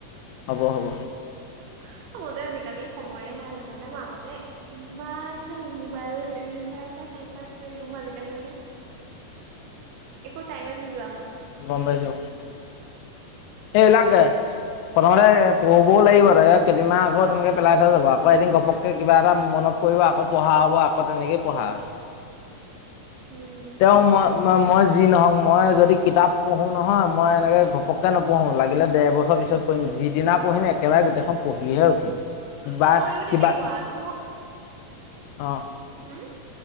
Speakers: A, on the left (about 85°); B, on the right (about 85°).
A: হ'ব হ'ব।
B: অ মোৰ যে আজিকালি সময়ে নাই জানানে মই আগতে- ইমান মানে মোবাইল ৰিল চাই চাই টাইম পাছ কৰি থাকো মই আজিকালি মানে। একো টাইমে নোযোৱা হ'ল।
A: গমপাইছো। এ লাগে। প্ৰথমতে পঢ়িবও লাগিব, তয়া কেইদিনমান আকৌ তেনেকৈ পেলাই থৈ যাব, আকৌ এদিন ঘপকৈ কিবা এটা মনত কৰিব, আকৌ পঢ়া হ'ব, আকৌ তেনেকেই পঢ়া হয়।
B: <unintelligible> উম
A: তেওঁ মই, মই যি নহওক, মই যদি কিতাপ পঢ়ো নহয়, মই এনেকে ঘপককে নপঢ়ো, লাগিলে ডেৰ বছৰ পিছত পঢ়িম যিদিনা পঢ়িম একেবাৰে গোটেইখন পঢ়িহে উঠিম, বা
B: অ মইও তেনেকুৱা
A: কিবা
B: মোৰ
A: অ'
B: হম